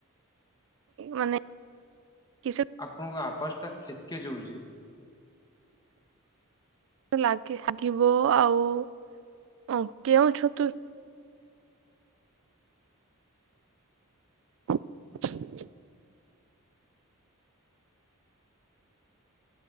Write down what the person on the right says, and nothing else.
ମାନେ କିସ
ଲାଗ ଲାଗିବ ଆଉ କେଉଁ ଛତୁ <inaudible>